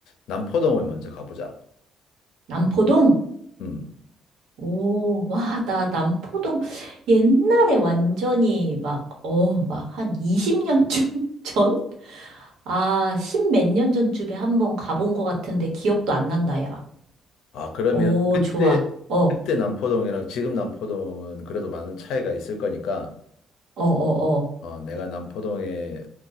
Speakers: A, on the left; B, on the right.
A: 남포동을 먼저 가보자.
B: 남포동?
A: 음.
B: 오, 와, 나 남포동 옛날에 완전히 막, 어, 막 한 20년쯤 <laughs> 전? 아, 십 몇 년 전쯤에 한번 가본 것 같은데 기억도 안 난다, 야.
A: 아, 그러면
B: 오,
A: 그때
B: 좋아. 어, 어,
A: 그때 남포동이랑 지금 남포동은 그래도 많은 차이가 있을 거니까
B: 어,
A: 어, 내가 남포동에